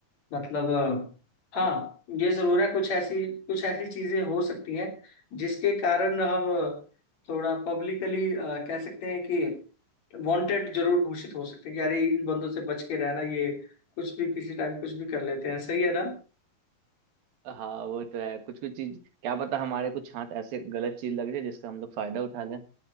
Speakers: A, on the left; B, on the right.
A: मतलब अ,
B: <laughs>
A: हाँ ये जरूर है कुछ ऐसी कुछ ऐसी चीजें हो सकती हैं जिसके कारण हम थोड़ा पब्लिकली कह सकते हैं कि वांटेड जरूर घोषित हो सकते हैं कि अरे इन बंदों से बच के रहना ये कुछ भी किसी टाइम कुछ भी कर लेते हैं सही है ना
B: हाँ वो तो है कुछ कुछ चीज क्या पता हमारे कुछ हाथ ऐसे गलत चीज लग जाए जिसका हम लोग फायदा उठा लें